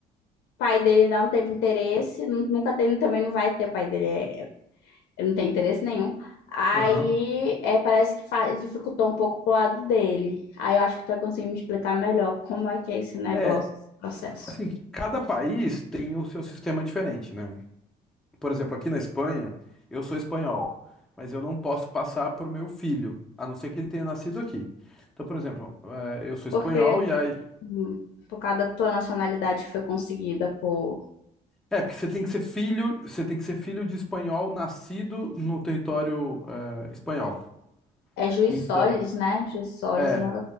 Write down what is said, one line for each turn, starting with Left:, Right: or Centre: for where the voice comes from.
Left: pai dele ainda não teve interesse, nu- nunca teve, também não vai ter, o pai dele é- ele não tem interesse nenhum. Aí
Centre: aham.
Left: é, parece que fa- dificultou um pouco pro lado dele. Aí eu acho que tu vai conseguir me explicar melhor como é que é esse negócio,
Centre: É,
Left: esse processo.
Centre: assim, cada país tem o seu sistema diferente, né? por exemplo, aqui na Espanha, eu sou espanhol, mas eu não posso passar para o meu filho, a não ser que ele tenha nascido aqui. Então, por exemplo, eh, eu sou espanhol
Left: Porque
Centre: e aí.
Left: hum, por causa da tua nacionalidade que foi conseguida por.
Centre: É, porque você tem que ser filho, você tem que ser filho de espanhol nascido no território, eh, espanhol.
Left: É juiz
Centre: Então,
Left: Solis, né? Juiz Solis,
Centre: é.
Left: né?